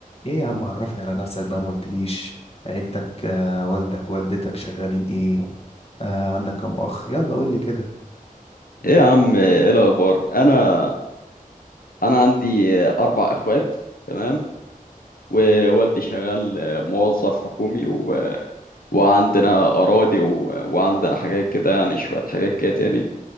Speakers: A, on the left; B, on the left.
A: ايه يا عم عرفني على نفسك بقى ما قلتليش عيلتك آه والدك والدتك شغالين ايه آه عندك كام اخ يلا قولي كده
B: ايه يا عم ايه الاخبار انا انا عندي اربع اخوات تمام ووالدي شغال موظف حكومي و... وعندنا اراضي و... وعندنا حاجات كده يعني شويه حاجات كده تاني